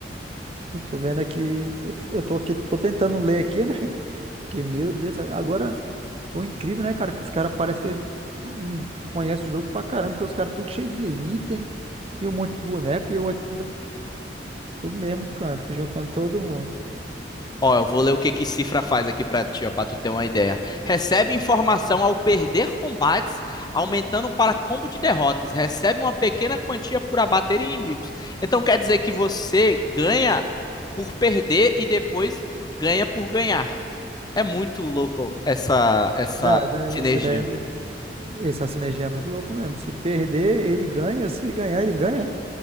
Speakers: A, on the right; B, on the left.
A: Eu tô vendo aqui, eu t- eu tô aqui, tô tentando ler aqui, né? Que meu Deus, agora o incrível, né, cara, que os caras parece que hum, conhecem o jogo pra caramba, porque os caras tudo cheio de item e um monte de boneco e eu aqui ainda tô mesmo, cara, tô juntando todo mundo.
B: Ó, eu vou ler o que que Cifra faz aqui para ti, ó, para tu ter uma ideia. Recebe informação ao perder combates, aumentando para combo de derrotas. Recebe uma pequena quantia por abater inimigos. Então quer dizer que você ganha por perder e depois ganha por ganhar. É muito louco essa essa
A: Não, essa
B: sinergia.
A: essa ideia Essa sinergia é muito louco mesmo. Se perder, ele ganha. Se ganhar, ele ganha.